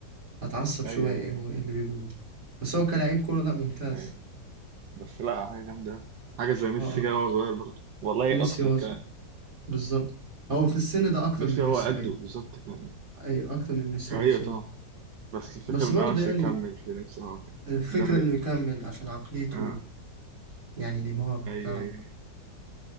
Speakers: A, on the right; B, on the right.
A: هتعصب شوية
B: ايوه ايوه
A: إيه
B: ايوه
A: هو إيه اللي بيقوله ده. بس هو كلاعب كورة لا ممتاز
B: ايوه بس لا حاجة جامدة أوي. حاجة زي ميسي
A: اه اه
B: كده وهو صغير برضه والله
A: ميسي
B: اكتر
A: هو
B: كمان
A: ز- بالظبط هو في السن ده أكتر
B: ميسي
A: من
B: هو
A: ميسي
B: قده
A: أيوه
B: بالظبط كان
A: أيوه أكتر من ميسي
B: ايوه
A: هو في سنه
B: طبعا بس الفكرة
A: بس
B: ان
A: برضه
B: هو بس
A: يعني
B: يكمل في نفسه هو. كده.
A: الفكرة
B: ده اللي
A: إنه يكمل عشان عقليته
B: آه.
A: يعني نيمار بتاع
B: ايوه ايوه